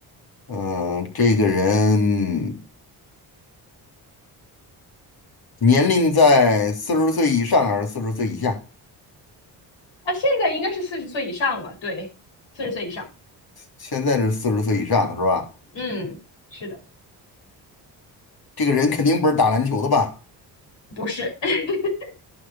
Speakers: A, on the left; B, on the left.
A: 呃，这个人年龄在四十岁以上还是四十岁以下？
B: 啊，现在应该是四十岁以上了，对，四十岁以上，
A: 现在是四十岁以上是吧？
B: 嗯，是的，
A: 这个人肯定不是打篮球的吧？
B: 不是，<laughs>